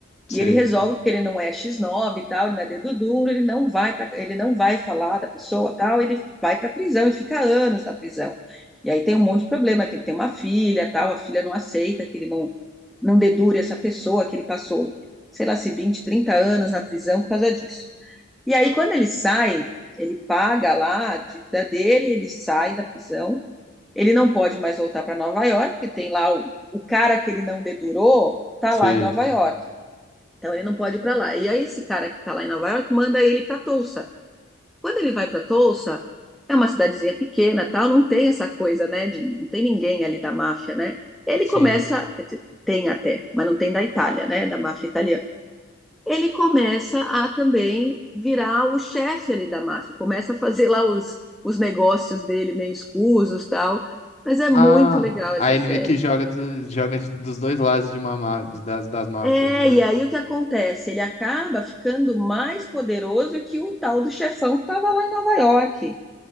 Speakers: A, on the left; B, in the centre.
A: sei,
B: E ele resolve, porque ele não é X9 e tal, ele não é dedo duro, ele não vai pra, ele não vai falar da pessoa tal, ele vai para a prisão e fica anos na prisão. E aí tem um monte de problema, que ele tem uma filha tal, a filha não aceita que ele não, não dedure essa pessoa, que ele passou, sei lá, se 20, 30 anos na prisão por causa disso. E aí quando ele sai, ele paga lá a dívida dele, ele sai da prisão, ele não pode mais voltar para Nova York, porque tem lá o, o cara que ele não dedurou, tá
A: sei.
B: lá em Nova York. Então ele não pode ir para lá. E aí esse cara que tá lá em Nova York manda ele para Tulsa. Quando ele vai para Tulsa, é uma cidadezinha pequena, tal, não tem essa coisa, né, de não tem ninguém ali da máfia, né? Ele
A: Sim.
B: começa, quer dizer, tem até, mas não tem da Itália, né, da máfia italiana. Ele começa a também virar o chefe ali da máfia, começa a fazer lá os, os negócios dele meio escusos, tal. Mas é
A: Ah,
B: muito legal essa
A: aí ele
B: série.
A: meio que joga, do- joga de- dos dois lados de uma, má- de- das, das máfias,
B: É,
A: né?
B: e aí o que acontece? Ele acaba ficando mais poderoso que o tal do chefão que estava lá em Nova York.